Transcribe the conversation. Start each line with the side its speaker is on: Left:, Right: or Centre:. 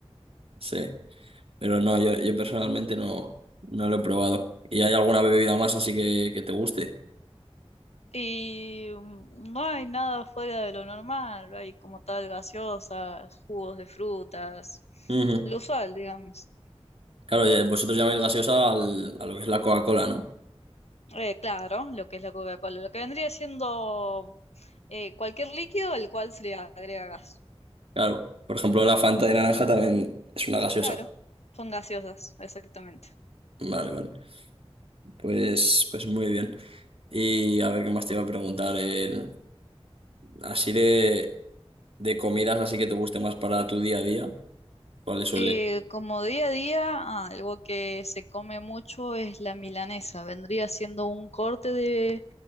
Right: sí. Pero no, yo, yo personalmente no, no lo he probado. ¿Y hay alguna bebida más así que, que te guste?
Left: Y mm, no hay nada fuera de lo normal, hay como tal gaseosas, jugos de frutas,
Right: Ujú.
Left: lo usual, digamos.
Right: Claro, ya- vosotros llamáis gaseosa al- a lo que es la Coca-Cola, ¿no?
Left: Eh, claro, lo que es la Coca-Cola, lo que vendría siendo eh, cualquier líquido al cual se le agrega gas.
Right: Claro, por ejemplo, la Fanta de naranja también es una gaseosa.
Left: Claro, son gaseosas, exactamente.
Right: Vale, vale. Pues, pues muy bien. Y a ver qué más te iba a preguntar. El, así de, de comidas, así que te guste más para tu día a día. ¿Cuáles suele?
Left: Eh, como día a día, ah, algo que se come mucho es la milanesa. Vendría siendo un corte de